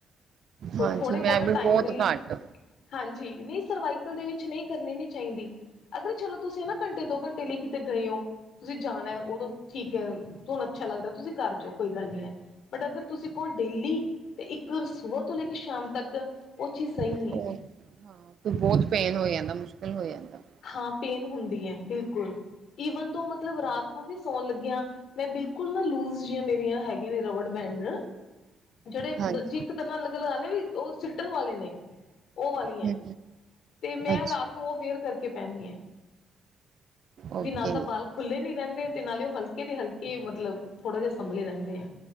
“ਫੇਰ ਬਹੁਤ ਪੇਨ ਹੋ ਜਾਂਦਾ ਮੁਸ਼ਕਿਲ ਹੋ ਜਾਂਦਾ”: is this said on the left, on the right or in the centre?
Right